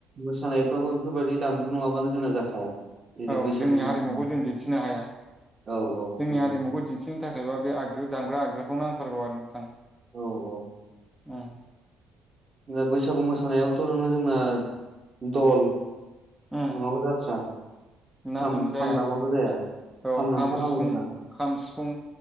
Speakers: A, on the right; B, in the centre.
A: मोसानाय बेफोरबायदि दामजु' नङाबानो जोंना जाखाया जेरै
B: औ
A: बैसागु
B: जोंनि हारिमुखौ
A: मोसानाय
B: जों दिन्थिनो हाया
A: औ औ
B: जोंनि
A: नंगौ
B: हारिमुखौ दिन्थिनो थाखायबा बे आगजु दामग्रा आगजु खौ नांथारगौ आरो नोंथां
A: औ औ
B: उम
A: दा बैसागु मोसानायावथ' नोङो जोंना दल नङाबा
B: उम
A: जाथ्रा
B: ना
A: खाम
B: ओं जाया
A: खाम दामाबा
B: नोंथां
A: जाया
B: औ
A: दामथारनांगौ
B: खाम सिफुं
A: जोंना
B: खाम सिफुं